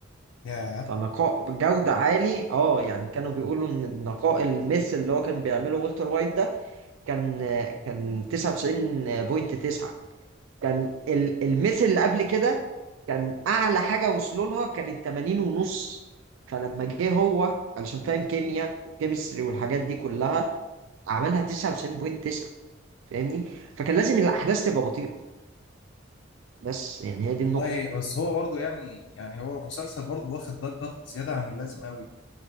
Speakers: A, on the left; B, on the right.
A: ياه
B: فنقاء بجودة عالي اه يعني كانوا بيقولوا ان نقاء المس اللي هو كان بيعمله والتر وايت ده كان كان 99.9 كان ال- المس اللي قبل كده كان اعلى حاجة وصلوا لها كانت 80 ونص فلما جه هو علشان فاهم كيمياء وكيمستري والحاجات دي كلها عملها 99.9 فاهمني فكان لازم الاحداث تبقى بطيئة بس يعني هي دي
A: والله
B: النقطة
A: بس هو برضو يعني يعني هو مسلسل برضو واخد ضجة زيادة عن اللازم قوي